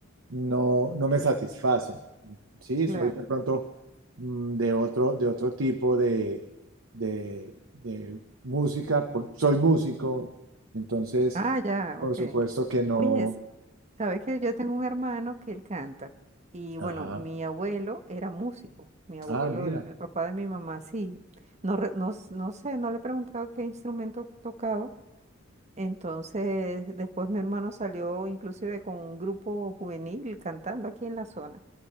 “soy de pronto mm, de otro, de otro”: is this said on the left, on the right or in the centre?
Right